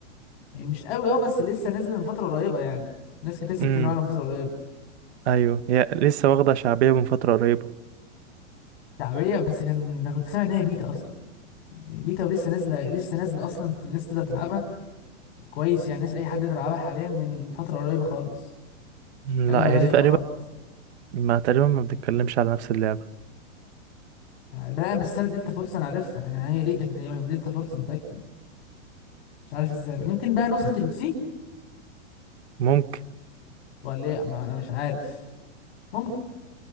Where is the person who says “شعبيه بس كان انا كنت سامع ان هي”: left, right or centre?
Left